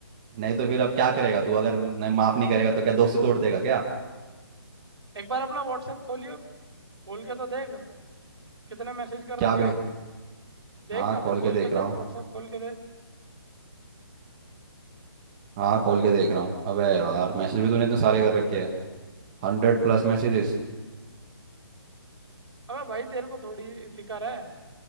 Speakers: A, on the right; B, on the right.
A: नहीं तो फिर अब क्या करेगा तू अगर नहीं माफ नहीं करेगा तो क्या दोस्ती तोड़ देगा क्या
B: एक बार अपना व्हाट्सएप खोलियो खोल के तो देख कितने मैसेज कर
A: क्या
B: रखे
A: बे
B: हैं देख
A: हाँ
B: अभी
A: खोल
B: खोल
A: के देख
B: के देख
A: रहा हूँ
B: व्हाट्सएप खोल के देख
A: हाँ खोल के देख रहा हूँ अबे यार मैसेज भी तूने इतने सारे कर रखे हैं Hundred plus messages
B: अबे भाई तेरे को थोड़ी फिक्र है